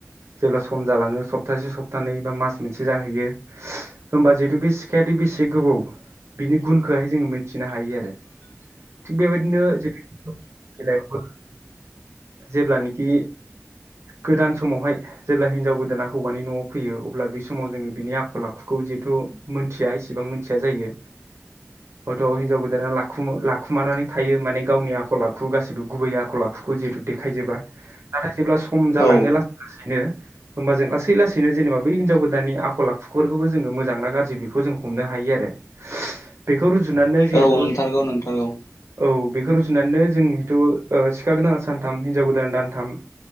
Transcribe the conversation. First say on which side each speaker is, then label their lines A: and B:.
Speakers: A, on the right; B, on the left.
A: जेब्ला सम जालाङो सप्तासे सप्तानैै बा मास मोनसे जाहैयो होमबा जिहेतु बे सिखायाथ' बेसे गोबौ बिनि गुनखौहाय जोङो मिथिनो हायो आरो थिग बेबायदिनो <unintelligible> बेलायावबो जेब्लानोखि गोदान समावहाय जेब्ला हिनजाव गोदाना हौवानि न'आव फैयो अब्ला बे समाव जोङो बिनि आखल आखुखौ जिहेथु मोनथिया इसिबां मोनथिया जायो हयथ' हिनजाव गोदाना लाखुम-लाखुमानानै थायो माने गावनि आखल आखु गासिबो गुबै आखल आखुखौ जिहेतु देखायजोबा नाथाय जेब्ला सम जालाङो
B: औ
A: लासै लासैनो। होमबा जों लासै लासैनो जेनेबा बै हिनजाव गोदाननि आखल आखुफोरखौबो जोङो मोजां ना गाज्रि बेखौ जों हमनो हायो आरो बे बे खौ रुजुनानै जिहेथु
B: औ नंथारगौ नंथारगौ
A: औ बे रुजुनानै जों जिहुथु सिखा गोदाना सान दानथाम हिनजाव गोदान दानथाम